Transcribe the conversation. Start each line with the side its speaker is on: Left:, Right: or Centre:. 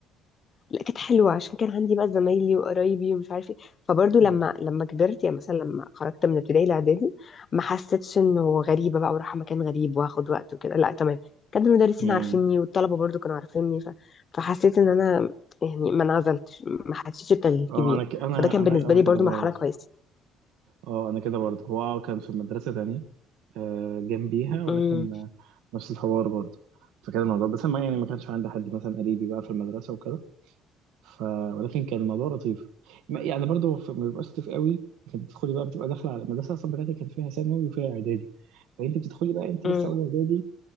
Left: لا كانت حلوه عشان كان عندي بقى زمايلي وقرايبي ومش عارف ايه فبرضه
Right: مم.
Left: لما لما كبرت يعني مثلا لما خرجت من ابتدائي لاعدادي ما حسيتش انه غريبه بقى وراح مكان غريب واخد وقت وكده لا تمام كان المدرسين
Right: مم.
Left: عارفيني والطلبه برضه كانوا عارفيني ف... فحسيت ان انا يعني ما انعزلتش ما حسيتش بتغيير
Right: اه
Left: كبير
Right: انا ك... انا
Left: فده كان
Right: انا
Left: بالنسبه
Right: انا
Left: لي
Right: كده
Left: برضه
Right: برضه
Left: مرحله كويسه
Right: اه انا كده برضه هو كان في مدرسه تانية آه، جنبيها ولكن
Left: امم
Right: آه، نفس الحوار برضه فكان الموضوع بس ما يعني ما كانش عندي حد مثلا قريبي بقى في المدرسة وكده ف... ولكن كان الموضوع لطيف ما- يعني برضه في- ما بيبقاش لطيف قوي كانت بتدخلي بقى بتبقى داخلة على المدرسة أصلا بتاعتي كان فيها ثانوي وفيها إعدادي فأنت بتدخلي بقى أنت
Left: امم
Right: لسه أولى إعدادي